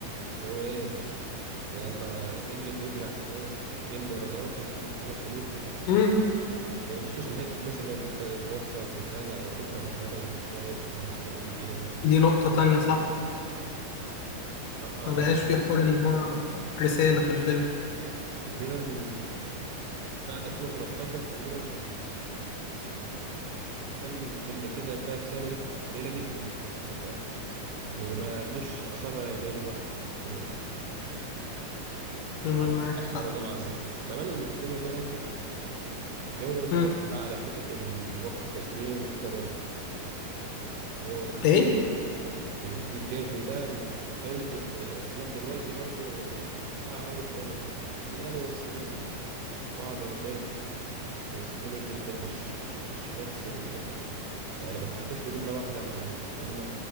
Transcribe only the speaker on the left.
مم.
دي نقطة تانية صح
ما بقاش في حوار اللي هو رسالة في الفيلم
مم،
معاك
حق
مم.
إيه